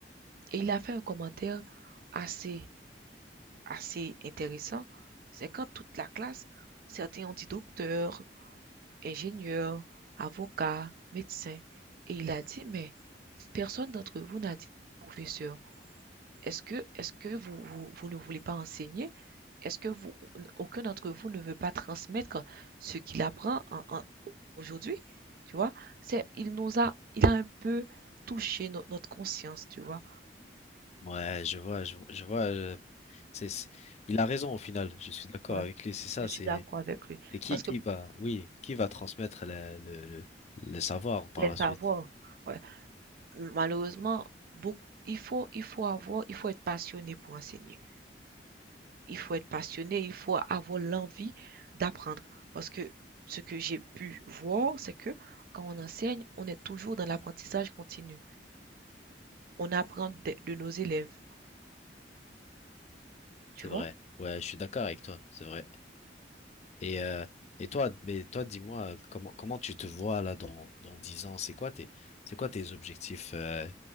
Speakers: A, on the right (about 55°); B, on the left (about 40°).
A: Et il a fait un commentaire assez, assez intéressant. C'est quand toute la classe, certains ont dit docteur, ingénieur, avocat, médecin. Et il a dit, mais personne d'entre vous n'a dit professeur. Est-ce que, est-ce que vous, vous, vous ne voulez pas enseigner? Est-ce que vous aucun d'entre vous ne veut pas transmettre ce qu'il apprend en en aujourd'hui? Tu vois? C'est il nous a il a un peu touché no notre conscience, tu vois?
B: Ouais, je vois, je, je vois, je- c'est, c'est- il a raison au final, je suis d'accord
A: Ouais,
B: avec lui, c'est ça,
A: je
B: c'est,
A: suis d'accord avec lui
B: c'est qui,
A: parce
B: qui
A: que
B: va, oui, qui va transmettre le, le, le le savoir par
A: les
B: la
A: savoirs,
B: suite?
A: ouais, malheureusement, beaucoup il faut il faut avoir il faut être passionné pour enseigner. Il faut être passionné, il faut avoir l'envie d'apprendre parce que ce que j'ai pu voir, c'est que quand on enseigne, on est toujours dans l'apprentissage continu. On apprend de de nos élèves. Tu
B: C'est vrai.
A: vois?
B: Ouais, je suis d'accord avec toi. C'est vrai. Et, euh, et toi, mais toi, dis-moi, comment, comment tu te vois là dans, dans dix ans? C'est quoi tes, c'est quoi tes objectifs euh,